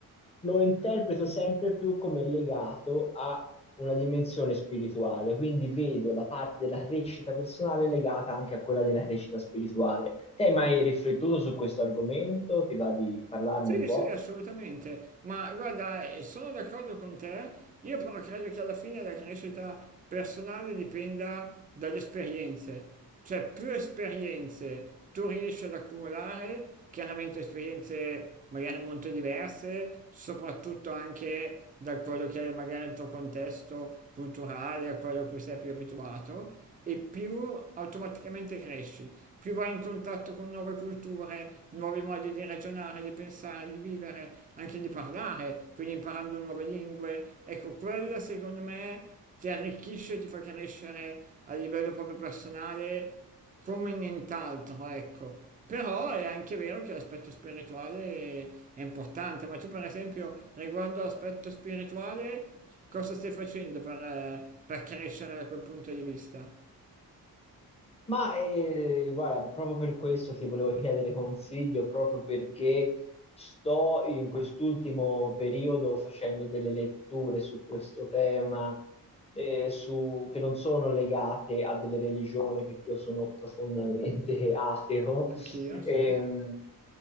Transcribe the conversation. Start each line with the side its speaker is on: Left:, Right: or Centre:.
Left: lo interpreto sempre più come legato a una dimensione spirituale, quindi vedo la parte della crescita personale legata anche a quella della crescita spirituale. Te hai mai riflettuto su questo argomento? Ti va di parlarne
Right: Sì,
Left: un po'?
Right: sì, assolutamente, ma guarda, eh, sono d'accordo con te, io però credo che alla fine la crescita personale dipenda dalle esperienze, cioè più esperienze tu riesci ad accumulare, chiaramente esperienze magari molto diverse, soprattutto anche da quello che è magari il tuo contesto culturale, a quello a cui sei più abituato, e più automaticamente cresci, più vai in contatto con nuove culture, nuovi modi di ragionare, di pensare, di vivere, anche di parlare, quindi imparando nuove lingue. Ecco, quella secondo me ti arricchisce e ti fa crescere a livello proprio personale come nient'altro, ecco. Però è anche vero che l'aspetto spirituale è importante, ma tu per esempio riguardo all'aspetto spirituale cosa stai facendo per, eh, per crescere da quel punto di vista?
Left: Ma eh, guarda, proprio per questo ti volevo chiedere consiglio, proprio perché sto in quest'ultimo periodo facendo delle letture su questo tema, eh, su- che non sono legate a delle religioni, perché io sono profondamente <laughs> ateo.
Right: Anch'io, sì,
Left: Ehm,